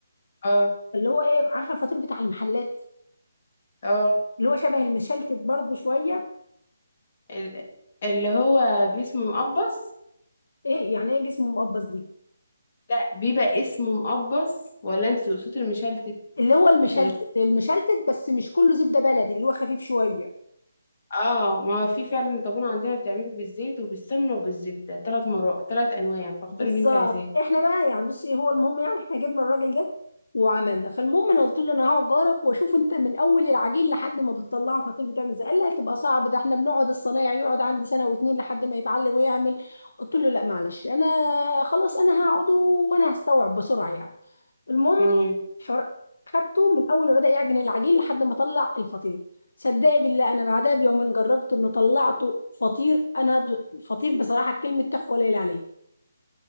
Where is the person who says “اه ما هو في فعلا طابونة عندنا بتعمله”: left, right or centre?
Left